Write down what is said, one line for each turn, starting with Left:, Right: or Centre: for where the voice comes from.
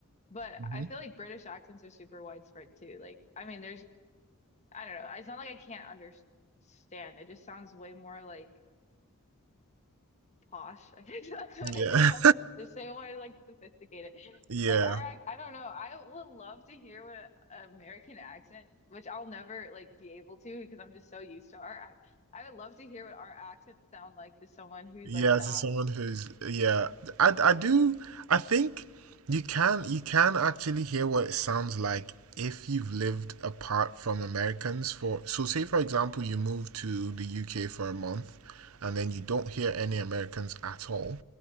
Left: But
Right: hmm
Left: I feel like British accents are super widespread too. Like, I mean, there's I don't know. It's not like I can't understand. It just sounds way more like posh. <laughs> I guess that's what
Right: Yeah.
Left: I say. It sounds just say more like sophisticated.
Right: <laughs> yeah.
Left: Like our, ac- I don't know. I would love to hear what an American accent, which I'll never like be able to because I'm just so used to our. ac- I would love to hear what our accents sound like to someone who's
Right: Yeah,
Left: like not
Right: to someone who's yeah, I I do I think you can you can actually hear what it sounds like if you've lived apart from Americans for so say for example you move to the UK for a month and then you don't hear any Americans at all.